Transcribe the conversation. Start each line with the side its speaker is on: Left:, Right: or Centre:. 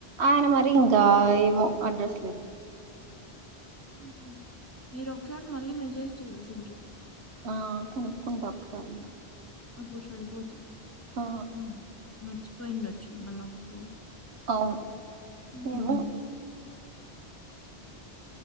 Right: ఆయన మరి ఇంకా ఏమో అడ్రస్ లేదు.
Left: హు మ్ మీరు ఒక్కసారి మళ్ళీ మెసేజ్ చేయాల్సింట్రి.
Right: ఆ కనుక్కుంటా ఒకసారి
Left: అప్పుడు సరిపోతుంది.
Right: ఆ
Left: మ్ మర్చిపోయిండొచ్చు మళ్ళా ఒకసారి.
Right: అవును
Left: మ్
Right: ఏమో